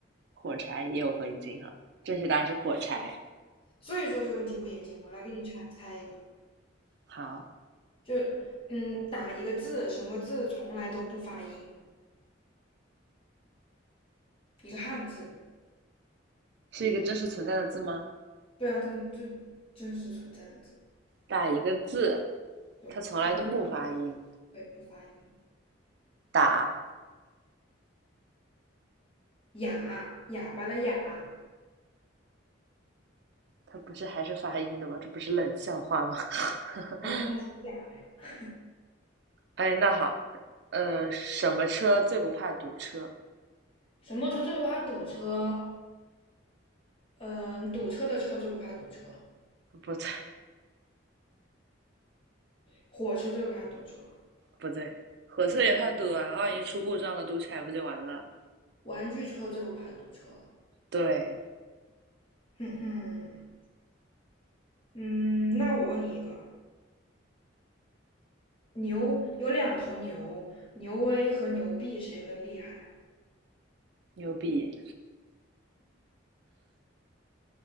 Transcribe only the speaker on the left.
所以说这个问题不严谨，我来给你猜猜一个。
就嗯，打一个字，什么字从来都不发音，一个汉字。
对啊，真这真实存在的字，
对，
从来都不会不发音。
哑，哑巴的哑，
对，但他是哑呀。
什么车最不怕堵车？嗯、堵车的车最不怕堵车，
火车最不怕堵车，
玩具车最不怕堵车。
哼哼，嗯，那我问你一个，牛有两头牛，牛 A 和牛 B 谁更厉害？